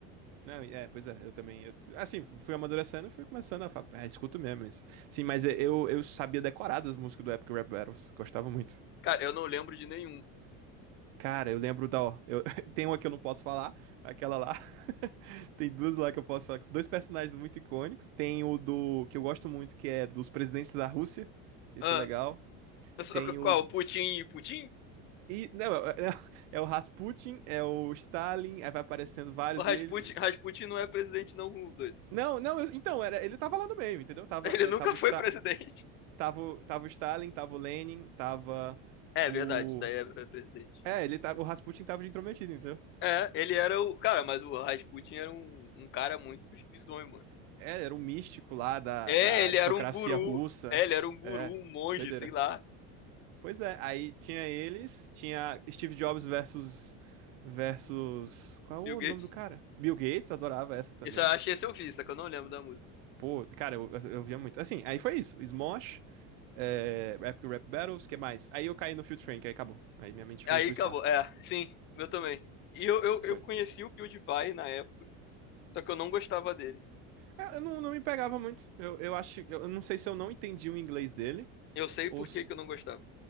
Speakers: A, on the right; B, on the left.
A: Não, é, pois é, eu também. eu- assim, fui amadurecendo, fui começando a falar, ah, escuto mesmo isso. Sim, mas é, eu, eu sabia decorar das músicas do Epic Rap Battles, gostava muito.
B: Cara, eu não lembro de nenhum.
A: Cara, eu lembro da, ó, eu, <laughs> tem uma que eu não posso falar, aquela lá. <laughs> Tem duas lá que eu posso falar, que são dois personagens muito icônicos. Tem o do, que eu gosto muito, que é dos presidentes da Rússia, esse
B: Ah,
A: é legal.
B: eu sou-
A: Tem o,
B: qual? O Putin? Putin?
A: e, não, é, é <laughs> é o Rasputin, é o Stalin, aí vai aparecendo vários
B: O Rasputin,
A: dele.
B: Rasputin não é presidente, não, doido.
A: Não, não, eu- então, era, ele tava lá no meio, entendeu?
B: <laughs>
A: Tava,
B: Ele
A: é,
B: nunca
A: tava o
B: foi
A: Stalin.
B: presidente.
A: Tava, o- tava o Stalin, tava o Lenin, tava
B: É
A: o.
B: verdade, daí é é presidente.
A: É, ele tava, o Rasputin tava de intrometido, entendeu?
B: É, ele era o. Cara, mas o Rasputin era um, um cara muito bizonho, mano.
A: É, era um místico lá da,
B: É,
A: da
B: ele
A: aristocracia
B: era um guru.
A: russa.
B: É, ele era um guru,
A: É,
B: um monge,
A: doideira.
B: sei lá.
A: Pois é, aí tinha eles, tinha Steve Jobs versus versus qual é
B: Bill Gates.
A: o nome do cara? Bill Gates, adorava essa também.
B: Isso eu achei esse eu vi, só que eu não lembro da música.
A: Pô, cara, eu, eu via muito. Assim, aí foi isso. Smosh, é, Rap Rap Battles, que mais? Aí eu caí no Field Train, que aí acabou. Aí minha mente foi
B: Aí
A: pro
B: acabou.
A: espaço.
B: É, sim, eu também. E eu, eu,
A: Foi.
B: eu conheci o PewDiePie na época, só que eu não gostava dele.
A: É, Eu não, não me pegava muito. Eu, eu acho. Eu não sei se eu não entendi o inglês dele
B: Eu sei
A: ou
B: por
A: se.
B: que que eu não gostava.